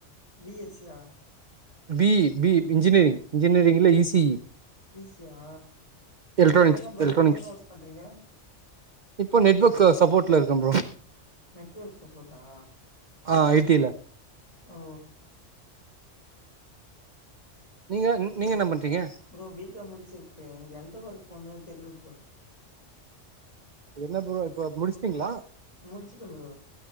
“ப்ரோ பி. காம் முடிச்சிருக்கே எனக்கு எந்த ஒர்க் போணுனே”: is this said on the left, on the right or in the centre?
Left